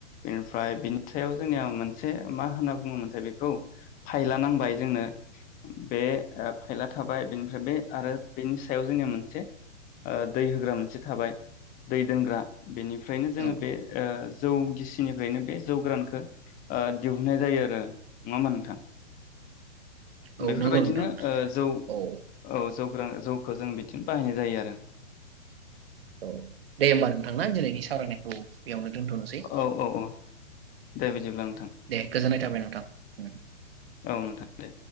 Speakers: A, on the left; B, on the right.
A: बेनिफ्राय बिनि सायाव जोंनिया मोनसे मा होनना बुङोमोनथाय बेखौ फायला नांबाय जोंनो बे फाइला थाबाय बेनिफ्राय बे आरो बेनि सायाव जोंनिया मोनसे ओ दै होग्रा मोनसे थाबाय दै दोनग्रा बेनिफ्रायनो जोङो
B: औ
A: बे ओ जौ गिसिनिफ्रायनो बे जौ गोरानखौ ओ दिहुननाय जायो आरो नङाहोनबा नोंथां
B: औ
A: बेफोरबायदिनो
B: नंगौ नोंथां
A: ओ जौ
B: औ
A: औ जौ गोरान जौ खौ जों बिदिनो बाहायनाय जायो आरो
B: औ दे होमबा नोंथांना दिनैनि सावरायनायखौ बेयावनो दोनथ'नोसै
A: औ औ औ दे बिदिब्ला नोंथां
B: दे गोजोननाय थाबाय नोंथां उम
A: औ नोंथां दे